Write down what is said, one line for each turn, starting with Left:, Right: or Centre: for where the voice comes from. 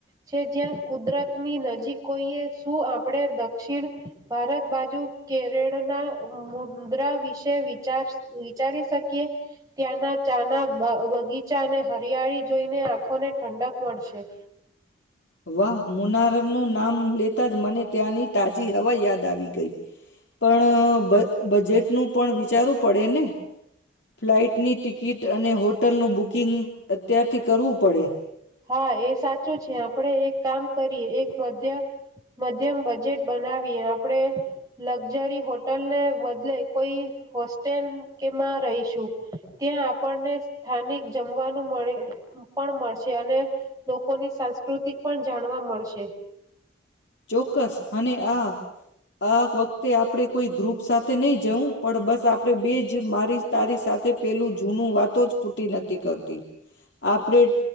Right: છે જ્યાં કુદરતની નજીક કોઈએ શું આપણે દક્ષિણ ભારત બાજુ કેરળના ઉમ્મ મુદ્રા વિશ તેવિચાર વિચારી શકીએ ત્યાંના ચાના બ બગીચા અને હરિયાળી જોઈને આંખોને ઠંડક મળશે.
Left: વાહ મુનારરનું નામ લેતા જ મને ત્યાંની તાજી હવા યાદ આવી ગઈ પણ બ બજેટનું પણ વિચારવું પડે ને ફ્લાઇટની ટિકિટ અને હોટલનું બુકિંગ અત્યારથી કરવું પડે.
Right: હા એ સાચું છે, આપણે એક કામ કરીએ એક મધ્ય મધ્યમ બજેટ બનાવીએ આપણેે લક્ઝરી હોટલને બદલે કોઈ હોસ્ટેલ કેમાં રહીશું ત્યાં આપણને સ્થાનિક જમવાનું મળે પણ મળશે. અને લોકોની સાંસ્કૃતિક પણ જાણવા મળશે.
Left: ચોક્કસ અને આ આ વખતે આપણે કોઈ ગ્રુપ સાથે નહી જવું પણ બસ આપણે બે જ મારી તારી સાથે પેલું જૂનું વાતો જ ખૂટી નથી કરતી આપણે